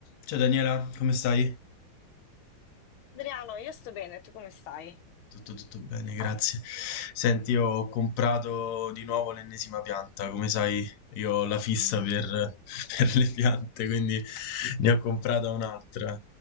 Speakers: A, on the left (about 60°); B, on the left (about 80°).
A: Ciao Daniela, come stai?
B: Adriano, io sto bene, tu come stai?
A: Tutto, tutto bene, grazie. Senti, ho comprato di nuovo l'ennesima pianta. Come sai, io ho la fissa
B: <laughs>
A: per, <laughs> per le piante, quindi ne ho comprata un'altra.